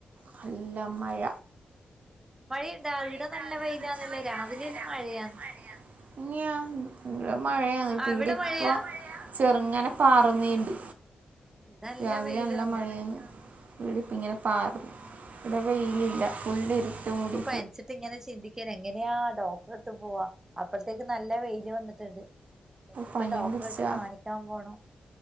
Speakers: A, on the right; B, on the right.
A: നല്ല മഴ
B: മഴയുണ്ടാ
A: മഴയിണ്ട
B: ഈടെ നല്ല
A: ഇവടെനല്ല
B: വെയിലാന്നല്ലോ രാവിലെല്ലാം
A: വെയ്ല രാവിലെന്ന
B: മഴയാന്ന്
A: മഴയാ <unintelligible> ഇങ്ങട് മഴയ
B: ആഹ്
A: എന്നിട്ടീടിപ്പൊ
B: അവിടെ മഴയാ
A: ചെറുങ്ങനെ പാറ്ന്നീണ്ട്
B: ഇവിടെ നല്ല
A: രാവിലെനല്ല
B: വെയില് വന്ന്
A: മഴയാന്ന് ഈടിപ്പിങ്ങനെ പാറു ഇവിടെ വെയിലില്ല ഫുള് ഇരുട്ട്മൂടി
B: പനിച്ചിട്ടിങ്ങനെ ചിന്തിക്കണ എങ്ങനെയാ ഡോക്ടറെടുത്ത് പോവാ അപ്പഴത്തേക്ക് നല്ല വെയില് വന്നിട്ടിണ്ട് ഇനിയിപ്പ
A: പനിയും
B: ഡോക്ടറടുത്ത്
A: പിടിച്ചാ
B: കാണിക്കാൻ പോണം